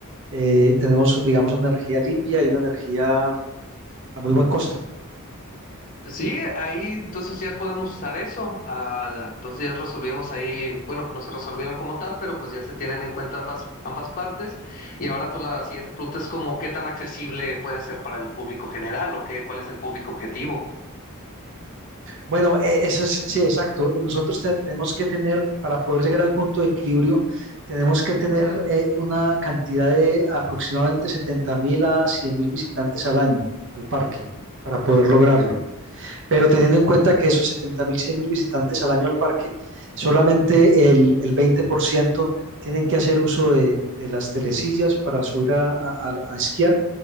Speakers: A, on the right (about 55°); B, on the left (about 40°).
A: eh, tenemos, digamos, una energía limpia y una energía a muy buen costo.
B: Sí, ahí entonces ya podemos usar eso. Ah, entonces ya resolvimos ahí, bueno, no se resolvieron como tal, pero pues ya se tienen en cuenta ambas, ambas partes. Y ahora pues la siguiente pregunta es como, ¿qué tan accesible puede ser para el público general o qué, cuál es el público objetivo?
A: Bueno, eh, eso es, sí, exacto. Nosotros te- tenemos que tener, para poder llegar al punto de equilibrio, tenemos que tener eh, una cantidad de aproximadamente setenta mil a cien mil visitantes al año al parque para poder lograrlo. Pero teniendo en cuenta que esos setenta mil, cien mil visitantes al año al parque, solamente el, el 20% tienen que hacer uso de, de las telesillas para subir a, a- a- a esquiar